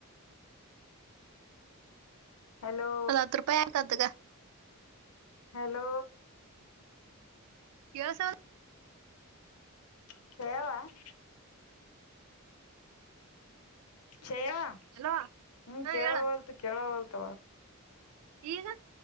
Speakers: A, on the left (about 80°); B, on the right (about 85°).
A: ಹೆಲೋ
B: ಅದ ಹತ್ತು ರೂಪಾಯಿ ಆಕ್ ತೋಗೂ.
A: ಹಲೋ.
B: ಕೆಲಸವದ್.
A: ಹೇಳ್. ಚಯವ್
B: ಅಲೋ
A: ಹ್ಮ್
B: ಹಾ
A: ಕೇಳೋ
B: ಹೇಳ
A: ಹೋಳ್ತಾ ಕೇಳೋ ಹೋಳ್ತ.
B: ಈಗ